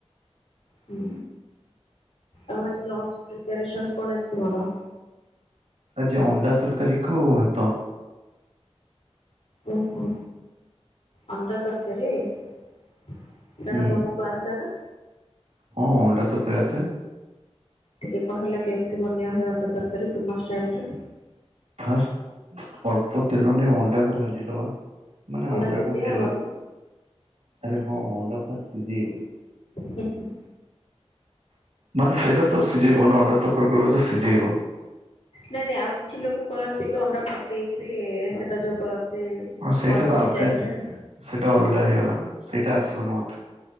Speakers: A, on the left (about 65°); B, on the right (about 85°).
A: ହୁଁ, ଆଉ ଆଜି ଲଞ୍ଚ ପ୍ରିପାରେସନ୍ କଣ ଆଜି ତୁମର?
B: ଆଜି ଅଣ୍ଡା ତରକାରୀ କୁୁ ଭାତ।
A: ଓହୋ, ଅଣ୍ଡା ତରକାରୀ? ସେଟା
B: ହୁଁ
A: ତୋମକୁ ଆସେ ନା?
B: ହଁ ଅଣ୍ଡା ତରକାରୀ ଆସେ।
A: ଟିକେ କହିଲ କେମତି ବନିଆ ହୁଏ ଅଣ୍ଡା ତରକାରୀ ତୁମ ଷ୍ଟାଇଲ୍ ରେ?
B: ଫାଷ୍ଟ ଅଳ୍ପ ତେଲ ନେଇ ଅଣ୍ଡାକୁ ଭାଜିଦବା। ମାନେ
A: ଅଣ୍ଡା
B: ଅଣ୍ଡାକୁ
A: ସିଜା
B: ତେଲ
A: ହବନି?
B: ଆରେ ହଁ ଅଣ୍ଡା ଫା <inaudible> ସିଜେଇବ।
A: ହଁ, ହଁ।
B: ମାନେ ସେଇଟା ତ ସିଜେଇବ ନା ଅଣ୍ଡା ତ କଣ କରିବ ନା ତାକୁ ସିଜେଇବ।
A: ନାଇଁ ନାଇଁ ଆଉ କିଛି ଲୋକ କରନ୍ତି କି ଅଣ୍ଡା ଫଟେଇକିରି ସେଟା ଯୋଉ କରନ୍ ତି
B: ହଁ ସେଇଟା
A: ପନିର୍
B: ତ ଆଫଗାନ
A: ଷ୍ଟାଇଲ୍ ରେ।
B: ସେଇଟା ଅଲଗା ହେଇଗଲା। ସେଇଟା ଆସିବନି ମୋତେ।